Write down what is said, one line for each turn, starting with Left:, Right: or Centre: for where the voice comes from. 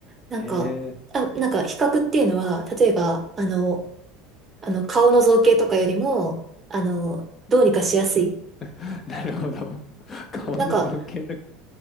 Right: なんか、
Left: へえ。
Right: あ、なんか比較っていうのは、例えば、あの、あの、顔の造形とかよりも、あの、どうにかしやすい。
Left: <laughs> なるほど。<laughs> 顔の造形とか。
Right: なんか、